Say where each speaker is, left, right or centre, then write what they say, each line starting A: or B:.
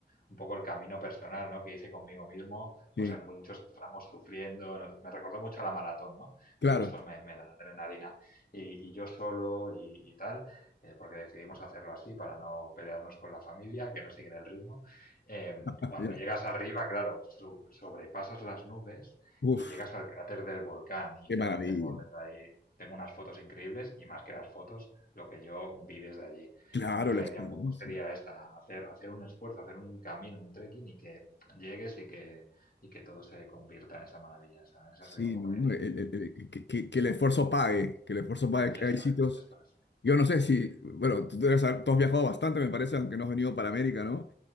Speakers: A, on the left (about 50°); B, on the left (about 75°).
A: un poco el camino personal, ¿no? Que hice conmigo mismo,
B: Sí,
A: pues en muchos tramos sufriendo, ¿no? me recordó mucho a la maratón, ¿no?
B: claro.
A: Entonces eso me, me da adrenalina. Y, y yo solo y, y tal, eh, porque decidimos hacerlo así para no pelearnos con la familia, que no siguen el ritmo. Eh,
B: Ah,
A: cuando
B: ya.
A: llegas arriba, claro, su- sobrepasas las nubes
B: Uf,
A: y llegas al cráter del volcán. Y
B: qué
A: claro,
B: maravilla.
A: tengo desde ahí, tengo unas fotos increíbles y más que las fotos, lo que yo vi desde allí.
B: Claro,
A: Entonces
B: la
A: la
B: experiencia.
A: idea un poco sería esa, hacer, hacer un esfuerzo, hacer un camino, un trekking y que llegues y que, y que todo se convierta en esa maravilla. Esa, esa
B: Sí,
A: sería un poco
B: ¿no?
A: la idea.
B: El- el- el- que, que- que el esfuerzo pague, que el esfuerzo pague, que
A: Eso
B: hay sitios,
A: es, eso es.
B: yo no sé si, bueno, tú, debes haber- tú has viajado bastante, me parece, aunque no has venido para América, ¿no?